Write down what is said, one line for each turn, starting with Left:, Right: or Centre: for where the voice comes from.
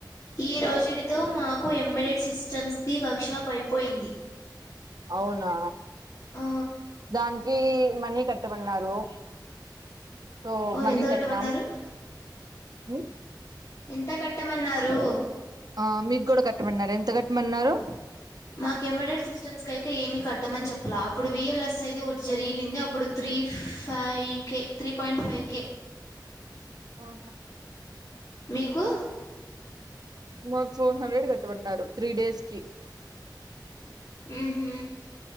Left: ఈరోజుడితో మాకు ఎంబడెడ్ సిస్టమ్స్ ది వర్క్ షాప్ అయిపోయింది.
Right: వునా
Left: ఆ
Right: దానికి మనీ కట్టమన్నారు సో
Left: ఓ
Right: మనీ
Left: ఎంత కట్టమన్నారు
Right: కట్నాం మ్
Left: ఎంత కట్టమన్నారు
Right: ఆ మీకూడా కట్టమన్నార ఎంత కట్టమన్నారు
Left: మాకు ఎంబడెడ్ సిస్టమ్స్ కయితే ఏమి కట్టమని చెప్పలే. అప్పుడు విఎల్ఎస్ అయిది ఒకటి జరిగినింది. అప్పుడు three three five K three point five K
Right: ఆహా
Left: మీకు
Right: మాకు ఫోర్ హండ్రెడ్ కట్టమన్నారు త్రీ డేస్ కి
Left: మ్ హు